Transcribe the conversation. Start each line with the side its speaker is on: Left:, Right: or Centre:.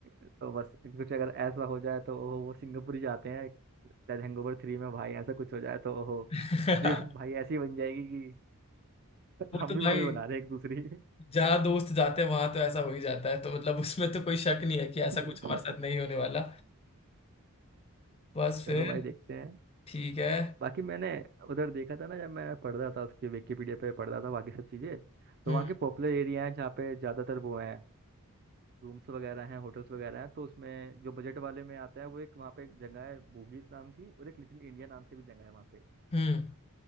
Right: तो बस कुछ अगर ऐसा हो जाए तो ओहो वो सिंगापुर ही जाते हैं शायद हैंगओवर थ्री में भाई ऐसा कुछ हो जाए तो ओहो
Left: <laughs>
Right: ट्रिप भाई ऐसी बन जाएगी कि
Left: वो
Right: हम
Left: तो
Right: भी मूवी
Left: भाई
Right: बना रहे हैं एक दूसरी
Left: जहाँ दोस्त जाते हैं वहां तो ऐसा हो ही जाता है तो मतलब उसमें तो कोई शक नहीं है कि ऐसा
Right: <laughs>
Left: कुछ हमारे साथ नहीं होने वाला बस
Right: चलो
Left: फिर
Right: भाई देखते हैं
Left: ठीक है
Right: बाकी मैंने उधर देखा था ना जब मैं पढ़ रहा था उसके विकिपीडिया पे पढ़ रहा था बाकी सब चीज़ें तो
Left: हम्म
Right: वहाँ के पॉपुलर एरिया हैं जहाँ पे ज़्यादातर वो हैं रूम्स वगैरह हैं होटल्स वगैरह हैं तो उसमें जो बजट वाले में आता है वो एक वहाँ पे एक जगह है बूगीज नाम की और एक लिटिल इंडिया नाम से भी जगह है वहाँ पे
Left: हम्म